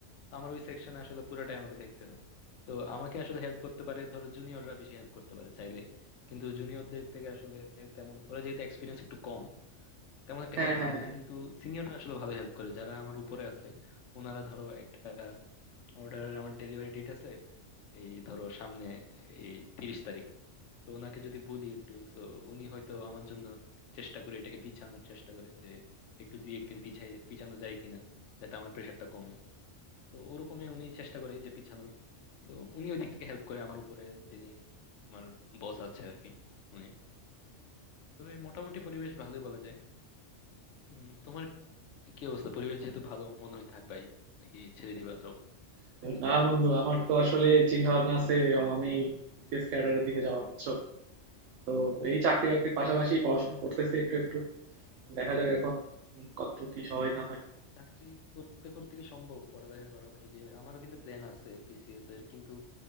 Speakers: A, on the left; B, on the right.
A: তো আমার ওই সেকশনে আসলে পুরোটাই আমাকে দেখতে হয় তো আমাকে আসলে হেল্প করতে পারে ধরো জুনিয়ররা বেশি হেল্প করতে পারে চাইলে কিন্তু জুনিয়রদের থেকে আসলে তেমন ওরা যেহেতু এক্সপিরিয়েন্স একটু কম তেমন একটা
B: হ্যাঁ
A: হেল্প
B: হ্যাঁ
A: পায়
B: হ্যাঁ
A: না কিন্তু সিনিয়ররা আসলে ভালো হেল্প করে যারা আমার উপরে আছে ওনারা ধরো একটা অর্ডারের আমার ডেলিভারি ডেট আছে এই ধরো সামনে এই তিরিশ তারিখ তো ওনাকে যদি বলি একটু তো উনি হয়তো আমার জন্য চেষ্টা করে এটাকে পিছানোর চেষ্টা করে যে একটু দুই একদিন পিছাই পিছানো যায় কিনা যাতে আমার প্রেশারটা কমে তো ওরকমই উনি চেষ্টা করে যে পিছানোর তো উনি ওই দিক থেকে হেল্প করে আমার উপরে যিনি আমার বস আছে আর কি উনি তবে মোটামুটি পরিবেশ ভালোই বলা যায় উম, তোমার কি অবস্থা পরিবেশ যেহেতু ভালো মনে হয় থাকবাই নাকি ছেড়ে দিবা
B: না বন্ধু আমার তো আসলে চিন্তা ভাবনা আছে আমি বিসিএস ক্যাডারের দিকে যাওয়ার বুঝছো তো এই চাকরি বাকরির পাশাপাশি
A: জব
B: পড়াশোনা করতেছি একটু একটু দেখা যাক এখন উম, কতটুকু কি সহায় না হয়
A: চাকরি করতে করতে কি সম্ভব পড়ালেখা করা এই যে আমারও কিন্তু প্ল্যান আছে পিসিএস এর কিন্তু